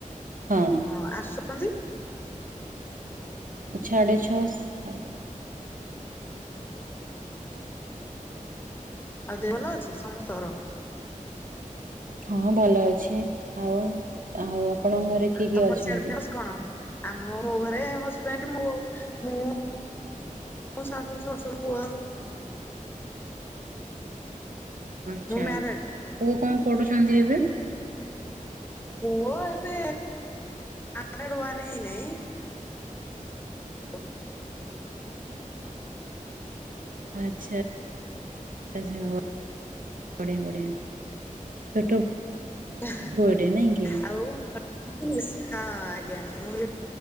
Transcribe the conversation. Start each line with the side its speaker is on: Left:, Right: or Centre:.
Right: ହଁ
Left: ହ ଆସ ହଁ <unintelligible>
Right: ସାଢ଼େ ଛଅ ସା
Left: ଆଉ ଦେହ ଭଲ ଅଛି ସମସ୍ତଙ୍କର?
Right: ହଁ ଭଲ ଅଛି ଆଉ ଆଉ ଆପଣଙ୍କ ଘରେ କିଏ କିଏ
Left: ତମର
Right: ଅଛନ୍ତି?
Left: ସିଆଡେ ଫେମସ କଣ ଆମ ମୋ ଘରେ ହଜବେଣ୍ଡ ମୁଁ ଆଉ ମୁଁ ମୋ ଶାଶୁ ଶ୍ୱାଶୁର ପୁଅ।
Right: ଆଚ୍ଛା
Left: ମୁଁ ମ୍ୟାରେଡ
Right: ପୁଅ କଣ ପଢୁଛନ୍ତି ଏବେ?
Left: ପୁଅ ଏବେ ହେଁନାହିଁ ଆଉ <unintelligible>
Right: ଆଚ୍ଛା <unintelligible> ବଢିଆ ବଢ଼ିଆ ଛୋଟ
Left: ଆଉ
Right: ପୁଅଟେ
Left: <unintelligible>
Right: ନାଇଁ କି?
Left: ହଁ ଆଜ୍ଞା ମୁଁ କହିଲି